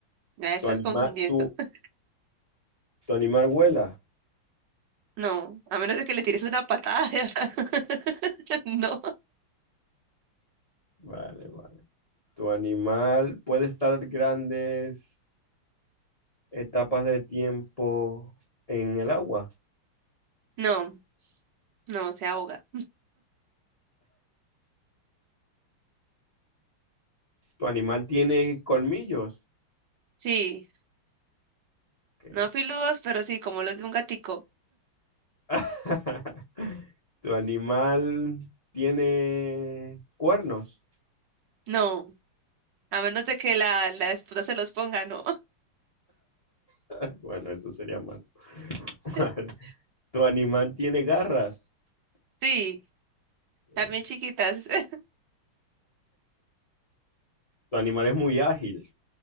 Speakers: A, on the right (about 65°); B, on the left (about 50°).
A: Ya estás
B: Tu animal,
A: confundiendo.
B: tu,
A: <laughs>
B: tu animal vuela.
A: No, a menos de que le tires una patada. <laughs> No,
B: Vale, vale. Tu animal puede estar grandes etapas de tiempo en el agua.
A: no, no, se ahoga.
B: Tu animal tiene colmillos.
A: Sí,
B: Ok.
A: no filudos, pero sí, como los de un gatico.
B: <laughs> Tu animal tiene cuernos.
A: No, a menos de que la, la esposa se los ponga, no.
B: <laughs> Bueno, eso sería mal. <laughs>
A: <laughs>
B: Tu animal tiene garras.
A: Sí,
B: Ok.
A: también chiquitas. <laughs>
B: Tu animal es muy ágil.